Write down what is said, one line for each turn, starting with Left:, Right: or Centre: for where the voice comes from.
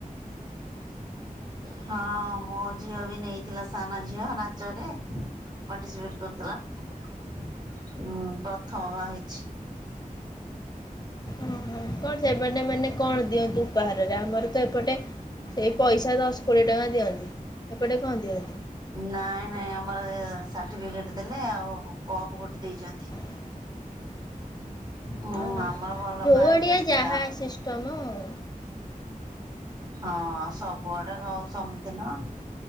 Right: ହଁ ମୋ ଝିଅ ବି ନେଇଥିଲା ସାନ ଝିଅ ନାଚରେ ପାର୍ଟିସିପେଟ କରିଥିଲା ଉଁ ପ୍ରଥମ ବା ହେଇଛି।
Left: ହଁ କଣ ସେପଟେ ମାନେ କଣ ଦିଅନ୍ତି ଉପହାରରେ ଆମର ତ ଏପଟେ ସେଇ ପଇସା ଦଶ କୋଡିଏ ଟଙ୍କା ଦିଅନ୍ତି ଏପଟେ କଁ ଦିଅନ୍ତି।
Right: ନାଇଁ ନାଇଁ ଆମର ଏ ସାର୍ଟିଫିକେଟ ଦେଲେ ଆଉ କପ ଗୋଟେ ଦେଇଚନ୍ତି।
Left: !!!!!!
Right: ହଁ
Left: ହାଲୋ
Right: ଆମର ଭଲ
Left: ଯୋଉ
Right: ପ୍ରାଇଜ
Left: ଆଡିଆ
Right: ଆସିଥିଲା।
Left: ଯାହା ସିଷ୍ଟମ ଆଉ।
Right: ହଁ ସବୁଆଡେ ଆଉ ସେମତି ନୁହଁ।